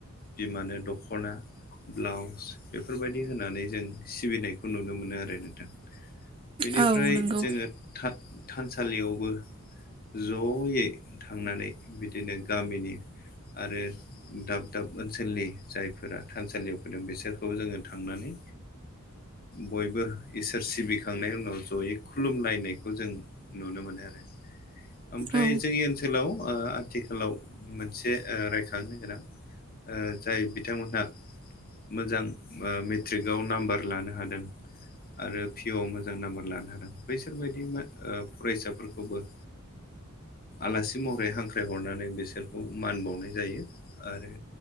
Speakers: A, on the left; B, on the right.
A: बिमानो दख'ना ब्लाउस बेफोरबायदि होनानै जों सिबिनायखौ नुनो मोनो आरो नोंथां। बेनिफ्राय
B: औ नंगौ
A: जोङो थानसालियावबो जयै थांनानै बिदिनो गामिनि आरो दाब दाब ओनसोलनि जायफोरा थानसालियाव फैदों बिसोरखौ जोङो थांनानै बयबो इसोर सिबि फखांनायनि उनाव जयै खुलुमलनायनायखौ जों नुनो मोनो आरो। ओमफ्राय
B: औ
A: जोंनि ओनसोलाव आथिखालाव मोनसे रायखांनो गोनां। जाय बिथांमोनहा मोजां मेट्रिकआव नाम्बार लानो हादों। आरो पिअ आ मोजां नाम्बार लानो हादों बैसोर बायदि फरायसाफोरखौबो आलासि महरै हांख्रायहरनानै बिसोरखौ मान बावनाय जायो आरो‌।